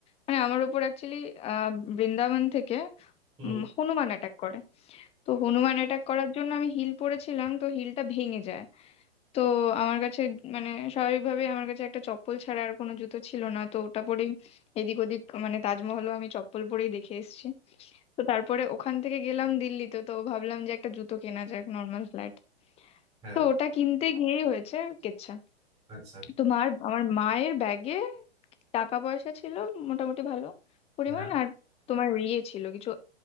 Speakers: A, on the left; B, on the right.
A: মানে আমার উপর অ্যাকচুয়ালি বৃন্দাবন থেকে
B: হুম
A: উম, হনুমান অ্যাটাক করে তো হনুমান অ্যাটাক করার জন্য আমি হিল পরেছিলাম তো হিলটা ভেঙে যায় তো আমার কাছে মানে স্বাভাবিকভাবে আমার কাছে একটা চপ্পল ছাড়া আর কোনো জুতো ছিল না তো ওটা পরেই এদিক ওদিক মানে তাজমহলও আমি চপ্পল পরেই দেখে এসেছি তো তারপরে ওখান থেকে গেলাম দিল্লিতে তো ভাবলাম যে একটা জুতো কেনা যাক নর্মাল ফ্ল্যাট
B: হ্যাঁ
A: তো ওটা কিনতে গিয়েই হয়েছে কেচ্ছা
B: আচ্ছা
A: তোমার আমার মায়ের ব্যাগে টাকা পয়সা ছিল মোটামুটি ভালো পরিমাণ
B: হ্যাঁ
A: আর তোমার ইয়ে ছিল কিছু